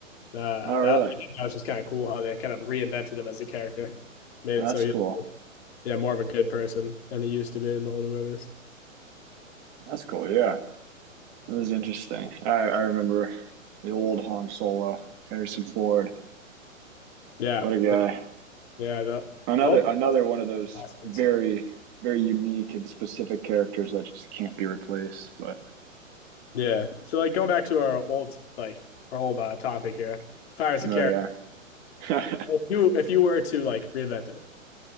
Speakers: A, on the left; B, on the right.
A: Uh
B: Oh, really?
A: that, that was just kind of cool how they kind of reinvented him as a character. Made
B: That's
A: it so he-
B: cool.
A: yeah, more of a good person than he used to be in the older movies.
B: That's cool. Yeah. That was interesting. I, I remember the old Han Solo, Harrison Ford.
A: Yeah.
B: What a guy.
A: Yeah, yeah the
B: Another
A: the old
B: another one of those
A: classics.
B: very, very unique and specific characters that just can't be replaced. But
A: Yeah. So like going back to our old like our old uh, topic here, Pirates of
B: oh
A: the Caribbean.
B: yeah.
A: If
B: <laughs>
A: you if you were to like reinvent it,